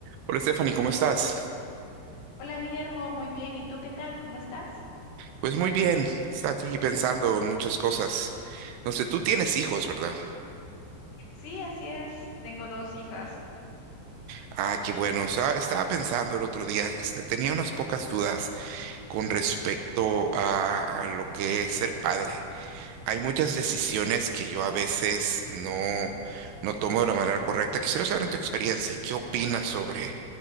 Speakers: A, on the right; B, on the left.
A: Hola Stephanie, ¿cómo estás?
B: Hola Guillermo, muy bien. ¿Y tú qué tal? ¿Cómo estás?
A: Pues muy bien, está aquí pensando en muchas cosas. No sé, tú tienes hijos, ¿verdad?
B: Sí, así es. Tengo dos hijas.
A: Ah, qué bueno. Estaba, estaba pensando el otro día, que este, tenía unas pocas dudas con respecto a, a lo que es ser padre. Hay muchas decisiones que yo a veces no, no tomo de la manera correcta. Quisiera saber en tu experiencia, ¿qué opinas sobre